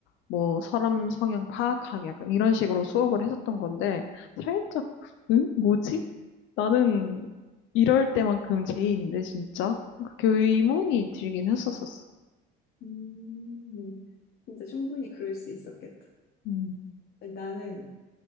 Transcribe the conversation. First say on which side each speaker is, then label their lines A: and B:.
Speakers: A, on the left (about 70°); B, on the left (about 55°).
A: 뭐 사람 성향 파악하기 약간 이런 식으로 수업을 했었던 건데 살짝 응? 뭐지? 나는 이럴 때만큼 제이인데 진짜? 그렇게 의문이 들긴 했었었어.
B: 음, 진짜 충분히 그럴 수 있었겠다.
A: 음.
B: 나는